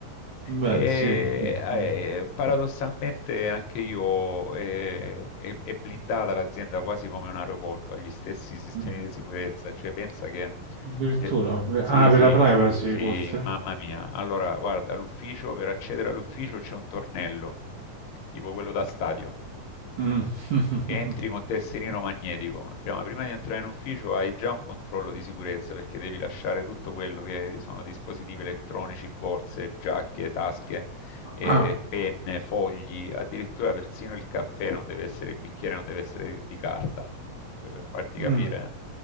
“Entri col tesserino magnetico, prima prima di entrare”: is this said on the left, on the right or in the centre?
Left